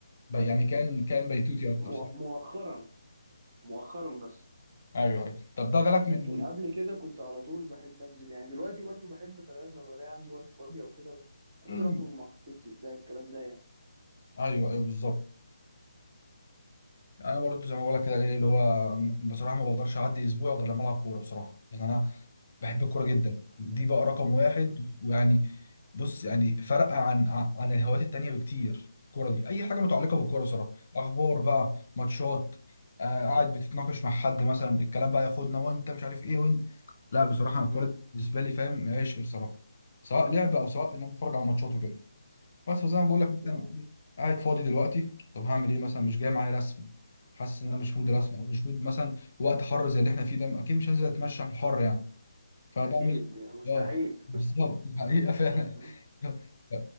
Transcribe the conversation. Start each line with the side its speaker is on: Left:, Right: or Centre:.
Left: ب- يعني كان كان بيتوتي اكتر
Right: مؤ-
Left: صح
Right: مؤخرا مؤخرا بس
Left: ايوه ايوه طب ده جالك
Right: لكن
Left: من
Right: قبل كده كنت على طول بحب انزل يعني دلوقتي برضه بحب خلي بالك لما بلاقي عندي وقت فاضي او كده ب-
Left: <clears throat>
Right: انزل
Left: مم.
Right: اخرج مع خطيبتي بتاع الكلام ده يعني
Left: ايوه ايوه بالظبط انا برضو زي ما بقول لك كده إيه اللي هو بصراحه ما بقدرش اعدي اسبوع غير لما العب كوره بصراحه يعني انا بحب الكوره جدا دي بقى رقم واحد
Right: مم.
Left: ويعني بص يعني فرق عن عن الهوايات التانية بكتير الكوره دي اي حاجه متعلقه بالكوره صراحه اخبار بقى ماتشات آه قاعد بتتناقش مع حد مثلا الكلام بقى ياخدنا وانت مش عارف ايه وانت لا بصراحه أنا الكوره
Right: مم.
Left: دي بالنسبه لي فاهم عشق بصراحه سواء لعب او سواء ان انا اتفرج على ماتشات وكده بس فزي
Right: بالظبط
Left: ما بقول لك مثلا
Right: اه
Left: قاعد فاضي دلوقتي طب هعمل ايه مثلا مش جاي معايا رسم حاسس ان انا مش مود
Right: مم.
Left: رسم او مش مود مثلا وقت حر زي اللي احنا فيه ده اكيد مش هنزل اتمشى في الحر يعني فبعمل
Right: اكيد يعني مستحيل
Left: ايه؟ اه بالظبط الحقيقه فعلا
Right: <laughs>
Left: <laughs> ف-